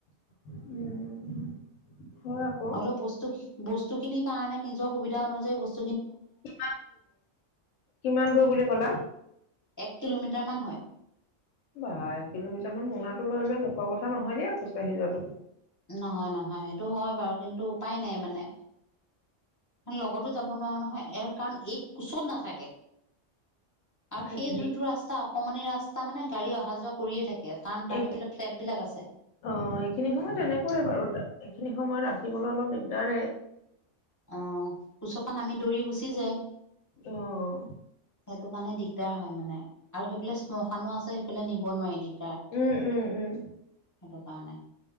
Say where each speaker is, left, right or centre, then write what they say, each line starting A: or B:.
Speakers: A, on the left; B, on the left.
A: উম। হয় আকৌ
B: হলো বস্তু বস্তু বস্তুখিনিৰ কাৰণে নিজৰ সুবিধা অনুযায়ী বস্তু
A: কি কিমান দূৰ বুলি কলা?
B: এক কিলোমিটাৰ মান হয়।
A: বা এক কিলোমিটাৰ মান মোনাটো লৈ লৈ মুখৰ কথা নহয় দিয়া খোজকাঢ়ি যোৱাটো।
B: নহয় নহয় সেইটো হয় বাৰু কিন্তু উপায় নাই মানে। লগতো যাব নোৱাৰো নহয় ইয়াৰ কাৰণ এই কোচত নাথাকে। আৰু সেই
A: এইখিনি
B: যোনটো ৰাস্তা অকমান ৰাস্তা মানে গাড়ী অহা যোৱা কৰিয়ে থাকে। কাৰণ তাৰ
A: এইখিন
B: সেইফালে ফ্লেট বিলাক আছে
A: অ এইখিনি সময় তেনেকুৱাই বাৰু। স খিনি সময়ত ৰাখিবলৈ অলপ দিগদাৰে
B: আহ কুচপাত নামি দৌৰি গুচি যায়
A: অ'
B: সেইটো কাৰণে দিগদাৰ হয় মানে আৰু সেইফালে শ্মশানো আছে সেইফালে নিব নোৱাৰি দিগদাৰ
A: উম উম উম
B: সেইটো কাৰণে